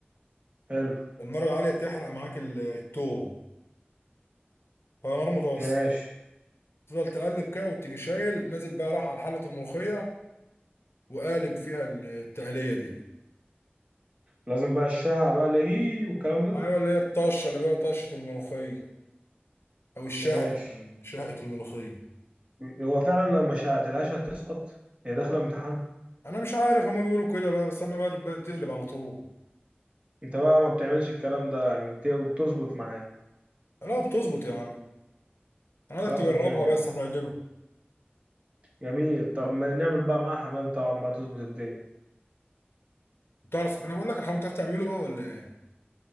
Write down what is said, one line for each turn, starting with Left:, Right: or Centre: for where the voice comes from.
Right: حلو
Left: النار العاليه بتحرق معاك ال- التوم فنار متوسطه
Right: ماشي
Left: تفضل تقلب كده وتيجي شايل نازل بقى راح على حله الملوخيه وقالب فيها ال- التقليه دي
Right: لازم بقى الشعر بقى لهي والكلام ده
Left: ايوه اللي هي الطشه اللي بقى طشه الملوخيه او الشهقه
Right: ماشي
Left: شهقه الملوخيه
Right: هو فعلا لو ما شعتلهاش هتسقط هي داخله امتحان
Left: انا مش عارف هما بيقولوا كده بقى بس انا بقى بتقلب على طول
Right: انت بقى ما بتعملش الكلام ده يعني وبت- وبتظبط معاه
Left: لا بتظبط يا عم انا عايزك
Right: لا
Left: تجربها
Right: فنان يا عم
Left: بس هتعجبك
Right: جميل طب ما نعمل بقى معاه حمام طبعا بقى تظبط الدنيا
Left: تعرف انا بقول لك الحمام بتعرف تعمله بقى ولا ايه